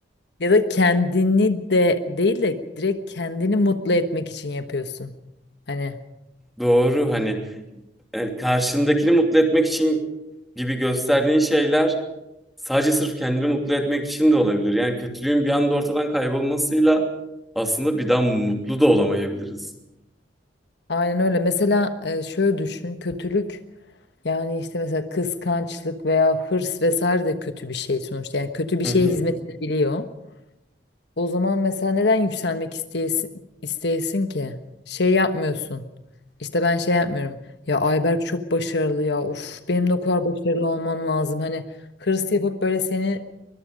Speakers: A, on the left; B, in the centre.
A: Ya da kendini de değil de direkt kendini mutlu etmek için yapıyorsun. Hani
B: doğru hani yani karşındakini mutlu etmek için gibi gösterdiğin şeyler sadece sırf kendini mutlu etmek için de olabilir. Yani kötülüğün bir anda ortadan kaybolmasıyla aslında bir daha mutlu da olamayabiliriz.
A: aynen öyle. Mesela e, şöyle düşün. Kötülük yani işte mesela kıskançlık veya hırs vesaire de kötü bir şey sonuçta. Yani kötü bir
B: Hı
A: şeye
B: hı.
A: hizmet edebiliyor. O zaman mesela neden yükselmek isteyesin, isteyesin ki? Şey yapmıyorsun. İşte ben şey yapmıyorum. Ya Ayberk çok başarılı ya. Uf benim de o kadar başarılı olmam lazım. Hani hırs yapıp böyle seni